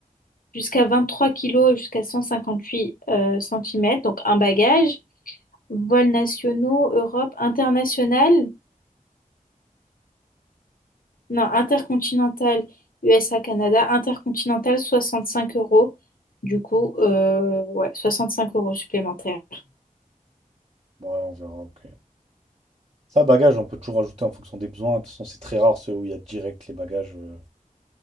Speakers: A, on the left (about 80°); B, on the right (about 40°).
A: jusqu'à 23 kilos, jusqu'à cent cinquante huit centimètres Donc, un bagage. Vols nationaux, Europe, international, non, intercontinental, USA, Canada, intercontinental, 65 euros. Du coup, euh, ouais, cinq euros supplémentaires.
B: Ouais, on verra, ok. Ça, bagage, on peut toujours ajouter en fonction des besoins. De toute façon, c'est très rare ceux où il y a direct les bagages. euh,